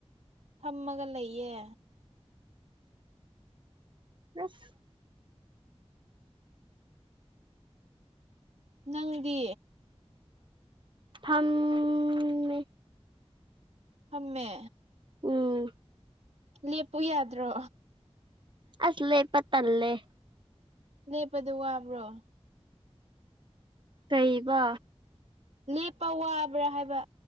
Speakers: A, on the right; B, on the right.
A: ꯐꯝꯃꯒ ꯂꯩꯌꯦ
B: ꯑꯁ
A: ꯅꯪꯗꯤ
B: ꯐꯝꯃꯤ
A: ꯐꯝꯃꯦ
B: ꯎꯝ
A: ꯂꯦꯞꯄꯨ ꯌꯥꯗ꯭ꯔꯣ
B: ꯑꯁ ꯂꯦꯞꯄ ꯇꯜꯂꯦ
A: ꯂꯦꯞꯄꯗꯨ ꯋꯥꯕ꯭ꯔꯣ
B: ꯀꯩꯕꯣ
A: ꯂꯦꯞꯄ ꯋꯥꯕ꯭ꯔꯥ ꯍꯥꯏꯕ